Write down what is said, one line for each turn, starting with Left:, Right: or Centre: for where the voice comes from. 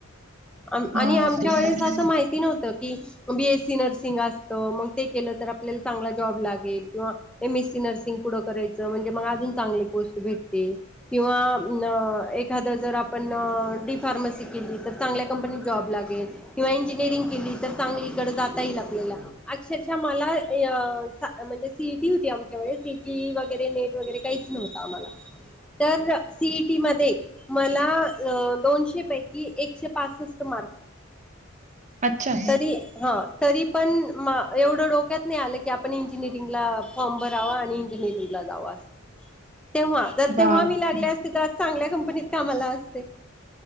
Centre: आम
Right: हां,
Centre: आणि आमच्या
Right: ते
Centre: वेळेस
Right: तर आहे.
Centre: असं माहिती नव्हत की बी एस सी नर्सिंग असतं मंग ते केलं तर आपल्याला चांगला जॉब लागेल किंवा एम एस सी नर्सिंग पुढं करायचं म्हणजे म अजून चांगली पोस्ट भेट टेल किंवा न एखाद जर आपण अ डी फार्मसी केली तर चांगल्या कंप उ जॉब लागेल. किंवा इंजिनिअरिंग केली तर चांगली कड जाता यिल आपल्याला अक्षरशः मला इ य अ था म्हणजे सी ई टी होती आमच्या वेळेस व सीटी वगैरे नेट वगैरे काहीच नव्हतं आम्हाला तर अ सीईटी मधे मला अ दोनशे पैकी एकशे पासष्ट म
Right: अच्छा.
Centre: तरी हा तरी पण मा एवढं डोक्यात नाही आलं की आपण इंजिनिअरिंगला फॉर्म भरावा आणि इंजिनिअरिंग ला जाव आस <inaudible> तेव्हा जर
Right: बापरे!
Centre: तेव्हा मी लागले असते त आज चांगल्या कंपनीत कामाला असते.